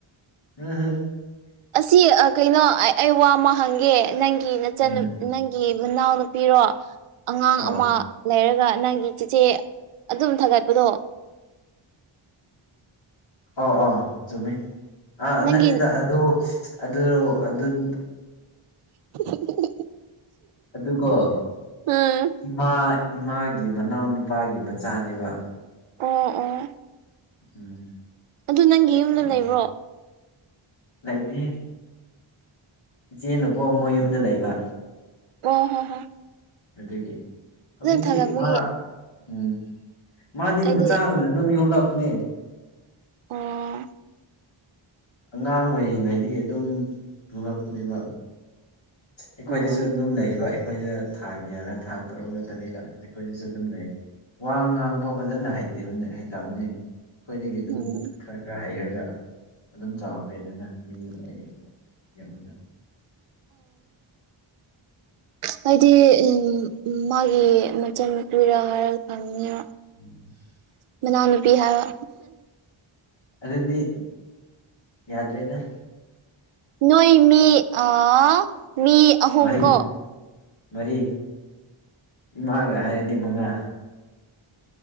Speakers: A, on the left; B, on the right.
A: <unintelligible>
B: ꯑꯁꯤ ꯑ ꯀꯩꯅꯣ ꯑꯩ ꯋꯥ ꯑꯃ ꯍꯪꯒꯦ ꯅꯪꯒꯤ ꯅꯆꯟ
A: ꯎꯝ
B: ꯅꯪ ꯒꯤ ꯃꯅꯥꯎ ꯅꯨꯄꯤꯔꯣ ꯑꯉꯥꯡ
A: ꯑꯥ
B: ꯑꯃ ꯂꯩꯔꯒ ꯅꯪꯒꯤ ꯆꯦꯆꯦ ꯑꯗꯨꯝ ꯊꯥꯒꯠꯄꯗꯣ
A: ꯑꯥꯎ ꯑꯥꯎ ꯆꯨꯝꯃꯤ ꯑꯥ
B: ꯅꯪꯒꯤ
A: ꯅꯠꯇꯦꯗ ꯑꯗꯨ ꯑꯗꯨꯔꯣ ꯑꯗꯨꯟ
B: <unintelligible>
A: ꯑꯗꯨꯒꯣ
B: ꯎꯝ
A: ꯏꯃꯥ ꯏꯃꯥꯒꯤ ꯃꯅꯥꯎꯅꯨꯄꯥꯒꯤ ꯃꯆꯥꯅꯦꯕ
B: ꯑꯣ ꯑꯣ
A: ꯎꯝ
B: ꯑꯗꯨ ꯅꯪꯒꯤ ꯌꯨꯝꯗ
A: ꯑꯗꯨꯅꯤ
B: ꯂꯩꯕ꯭ꯔꯣ
A: ꯂꯩꯇꯦ ꯏꯆꯦꯅꯀꯣ ꯃꯣꯏ ꯌꯨꯝꯗ ꯂꯩꯕ
B: ꯑꯣ ꯍꯣ ꯍꯣ
A: ꯑꯗꯒꯤ ꯍꯧꯖꯤꯛꯇꯤ
B: ꯊꯥꯒꯠꯄꯒꯤ
A: ꯃꯥ ꯎꯝ ꯃꯥꯗꯤ
B: ꯑꯩꯗꯤ
A: ꯃꯆꯥꯒꯨꯝꯅ ꯑꯗꯨꯝ ꯌꯣꯂꯛꯄꯅꯦ
B: ꯑꯣ
A: ꯑꯉꯥꯡ ꯑꯣꯏꯔꯤꯉꯩꯗꯒꯤ ꯑꯗꯨꯝ ꯄꯨꯔꯛꯅꯦꯕ ꯑꯩꯈꯣꯏꯗꯁꯨ
B: ꯎꯝ
A: ꯑꯗꯨꯝ ꯂꯩꯕ ꯑꯩꯈꯣꯏꯅ ꯊꯥ ꯀꯌꯥꯒ ꯊꯥ ꯇꯔꯨꯛꯒ ꯇꯔꯦꯠꯂ ꯑꯩꯈꯣꯏꯗꯁꯨ ꯑꯗꯨꯝ ꯂꯩ ꯋꯥ ꯉꯥꯡꯕ ꯐꯖꯅꯇ ꯍꯩꯇꯕꯅꯦ ꯑꯩꯈꯣꯏꯗꯒꯤ ꯑꯗꯨꯝ
B: ꯎꯝ
A: ꯈꯔ ꯈꯔ ꯍꯩꯔꯒ ꯑꯗꯨꯝ ꯆꯥꯎꯔꯛꯄꯦ ꯑꯗꯨꯅ ꯌꯨꯝꯗꯨꯗ ꯑꯣꯏꯅ ꯌꯧꯔꯒ <inaudible>
B: ꯍꯥꯏꯗꯤ ꯎꯝ ꯃꯥꯒꯤ ꯃꯆꯟꯅꯨꯄꯤꯔ ꯍꯥꯏꯔꯒ ꯈꯪꯅꯤ
A: <inaudible>
B: ꯃꯅꯧꯅꯨꯄꯤ ꯍꯥꯏꯕ
A: ꯑꯗꯨꯗꯤ ꯌꯥꯗ꯭ꯔꯦꯗ
B: ꯅꯣꯏ ꯃꯤ ꯑ ꯃꯤ ꯑꯍꯨꯝ
A: ꯃꯔꯤ
B: ꯀꯣ
A: ꯃꯔꯤ ꯏꯃꯥꯒ ꯍꯥꯏꯔꯗꯤ ꯃꯉꯥ